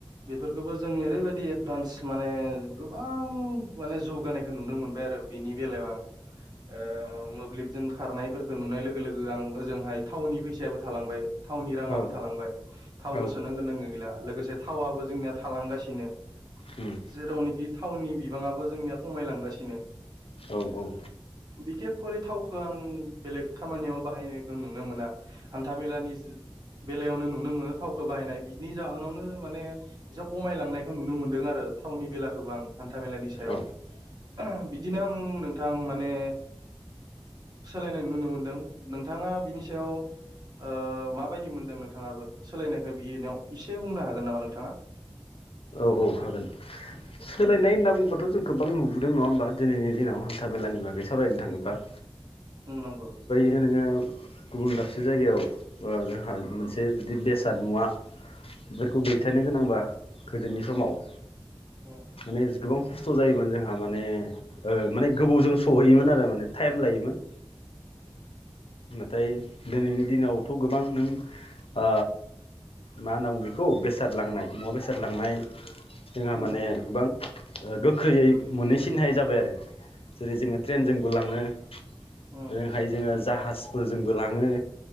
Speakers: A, on the right; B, on the left.
A: बेफोरखौबो जों ओरैबायदि एडभान्स माने गोबां माने जौगानायखौ नुनो मोनबाय आरो बेनि बेलायाव आं ओ मोब्लिबजों खारनायफोरखौ नुनाय लोगो लोगो आं ओजोंहाय टाावननि फैसायाबो थालांबाय। थावनि राङाबो
B: औ औ
A: थालांबाय। थावबो
B: औ
A: सोनांगोन नांगो गैला लोगोसे थावाबबो जोंनिया थालांगासिनो-
B: उम
A: जेरावनोखि थावनि बिबाङाबो जोंनिया खमायलांगासिनो
B: औ औ।
A: बिखेख कररि थावखौ आं बेलेग खामानियाव बाहायनायखौ नुनो मोना। हान्था मेलानि बेलायावनो नुनो मोनो थावखौ बाहायनाय बिनि जाहोनावनो माने एसा खमायलांनायखौ नुनो मोन्दों आरो थावनि बेला गोबां हान्था मेलानि सायाव
B: औ
A: बिदिनो आं नोंथां माने सोलायनाय नुनो मोनदों नोंथाङा बिनि सायाव ओ माबायदि मोनदों नोंथाङाबो सोलायनायखौ बिनायाव इसे बुंनो हागोन नामा नोंथाङा
B: औ औ हागोन सोलायनाय
A: उम
B: होनना बुंबाथ' जों गोबां नुबोदों नङा होमबा दिनैनि दिनाव हान्था मेलानि बागै सावरायनो थाङोबा
A: नंगौ।
B: बि नोङो गुबुन दाबसे जायगायाव जोंहा मोनसे जुदि बेसाद मुवा बेफोरखौ दैथायारनो गोनांबा गोदोनि समाव
A: औ औ।
B: माने गोबां खस्थ' जायोमोन जोंहा माने माने गोबौजों सहैयोमोन आरो माने टाइम लायोमोन- नाथाय दिनैनि दिनावथ' गोबां नों ओ मा होनना ब बेखौ बेसाद लांनाय मुवा बेसाद लांनाय
A: उम
B: जोंहा माने गोबां गोख्रैयै मोनहैसिनहाय जाबाय आरो जेरै जोङो ट्रेनजोंबो लाङो ओरैहाय
A: उम
B: जोङो
A: उम
B: जा जाहासफोरजोंबो लाङो